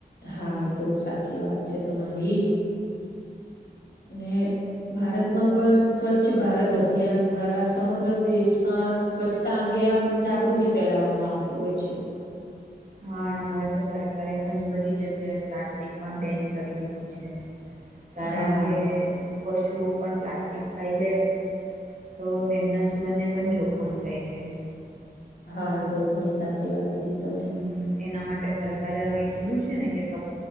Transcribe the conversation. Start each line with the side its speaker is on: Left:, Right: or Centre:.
Left: હા એ તો સાચી વાત છે તમારી. અને ભારતમાં પન સ્વચ્છ ભારત અભિયાન દ્વારા સમગ્ર દેશમાં સ્વચ્છતા અંગે આમ જાગૃતિ ફેલાવવામાં આવતી હોય છે.
Right: હા. અને હવે તો સરકારે ઘણી બધી જગ્યાએ પ્લાસ્ટિક પન બેન કરી દીધું છે. કારણ
Left: હા,
Right: કે પશુઓ પણ પ્લાસ્ટિક ખાઈ લે તો તેમના જીવનને પણ જોખમ થાય છે.
Left: હા એ તો ઘણી સાચી વાત કીધી. તમે.
Right: હમ્મ. એના માટે સરકારે હવે કીધું છે ને કે કપ